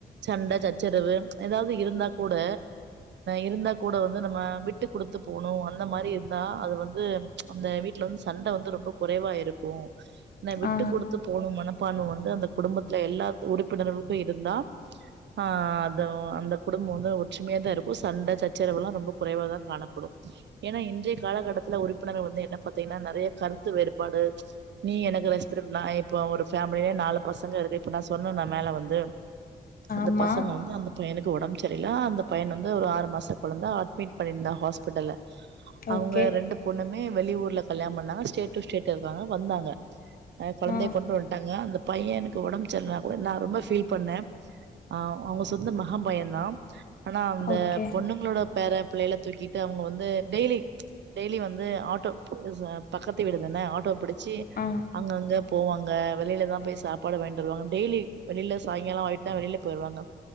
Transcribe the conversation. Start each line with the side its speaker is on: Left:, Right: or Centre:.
Right: சண்டை சச்சரவு ஏதாவது இருந்தா கூட இருந்தா கூட வந்து நம்ம விட்டு கொடுத்து போகணும் அந்த மாரி இருந்தா அது வந்து அந்த வீட்டுல வந்து சண்ட வந்து ரொம்ப குறைவா இருக்கு ந விட் விட்டு
Left: ஆ
Right: கொடுத்து போணும் மனம் ப்பானு வந்து அந்த குடும்பத்துல எல்லா உறுப்பினர்களுக்கும் இருந்தா ஆஹ் அதோ அந்த குடும்பம் வந்து ஒற்றுமையா தான் இருக்கும் சண்ட சச்சரவு எல்லாம் ரொம்ப குறைவா தான் காணப்படும் ஏன்னா இன்றைய காலகட்டத்துல உறுப்பினர வந்து என்ன பாத்தீங்கன்னா நெறைய கருத்து வேறுபாடு நீ எனக்கு நான் இப்போ ஒரு ஃபேமிலயே நாலு பசங்க இருக்கு இப்பனா சொன்னா நான் மேல வந்து
Left: ஆமா
Right: அந்த பசங்க வந்து அந்த பையனுக்கு உடம்பு சரில அந்த பையன் வந்து ஒரு ஆறு மாசம் குழந்தா அட்மிட் பண்ணியிருந்தான் ஹாஸ்பிட்டல்ல அவங்க
Left: ஓகே
Right: ரெண்டு பொண்ணுமே வெளி ஊர்ல கல்யாண பண்ணாங்க ஸ்டேட் டு ஸ்டேட் இருக்காங்க வந்தாங்க அஹ் குழந்தய
Left: ஆ
Right: கொண்டு வன்டாங்க அந்த பையனுக்கு உடம் சல்லனா கூட நான் ரொம்ப ஃபீல் பண்ணன் ஆஹ் அவங்க சொந்த மகாம் பையன் தான் ஆனா அந்த
Left: ஓகே
Right: பொண்ணுங்களோட பேர பிள்ளைல தூக்கிட்டு அவங்க வந்து டெய்லி டெய்லி வந்து ஆட்டோ பக்கத்து விடுதான ஆட்டோ பிடி ச்சி
Left: ஆ
Right: ங்க போவாங்க வெளில தான் போய் சாப்பாடு வாய்ட்டு வருவாங்க டெய்லி வெளியில சாயங்காலம் ஆயிட்ட தான் வெளியில போய்ருவாங்க